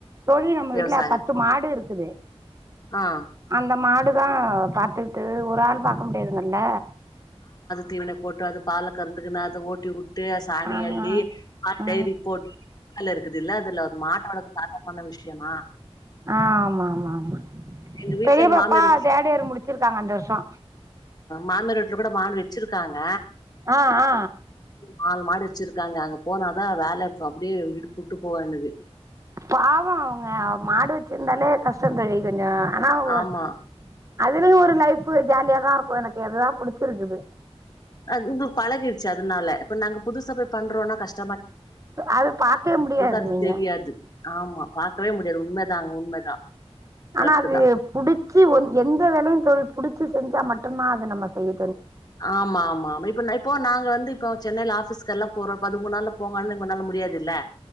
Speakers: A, on the right (about 30°); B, on the left (about 40°).
A: தோழி நம்ம
B: விவசாயோ
A: வீட்டுல பத்து மாடு இருக்குது
B: ஆ
A: அந்த மாடு தான் பாாத்துட்டு ஒரு ஒரு ஆள் பாக்க முடியாதுங்கல்ல
B: தீவனை போட்டு அது பால கறந்துக்குனு அதை ஓட்டி விட்டு ட்டு சாணி
A: ஆ
B: அள்ளி
A: ஆ
B: டைரி போட்டுல இருக்குது இல்ல அதுல மாட்ட வளக்குறது சாதகமான விஷயமா
A: ஆமா ஆமா ஆமா
B: எங்க வீட்டுல
A: பெரிய
B: எங்க
A: பாப்பா
B: மாமியார் வச்சு
A: தேர்ட் இயர் முடிச்சிருக்காங்க இந்த வருஷோ
B: மாமியார் வீட்டில கூட மாடு வச்சிருக்காங்க
A: ஆ ஆ
B: நாலு மாடு வச்சிருக்காங்க அங்க போனாதான் வேலை அப்படியே இடு புட்டு போவே எனுக்கு
A: பாவம் அவங்க மாடு வச்சிருந்தாலே கஷ்டம் தோழி கொஞ்சம் ஆனா உவ
B: ஆமா
A: அதுலயும் ஒரு லைஃப் ஜாலியாதான் இருக்கும் எனக்கு எதுதான் புடிச்சிருக்குது
B: அது உங்களுக்கு பழகடுச்சு அதனால நாங்க புதுசை பண்றோம்னா கஷ்டம்
A: அது பார்கவே முடியாது
B: அது
A: நீங்க
B: தெரியாது ஆமா பாக்கவே முடியாது உண்மதாங்க உண்மதா கரெக்ட்
A: ஆனா அது
B: தா
A: புடிச்சு எந்த வேலையும் தொழில் புடிச்சு செஞ்சா மட்டும்தான் அது நம்ம செய்ய
B: ஆமா ஆமா ஆமா இப்ப இப்போ நாங்க வந்து இப்ப சென்னையில ஆபிஸ்கல்லாம் போறோ பதிமூணு நாள்ல போங்குன்னால உன்னால முடியாதுல்ல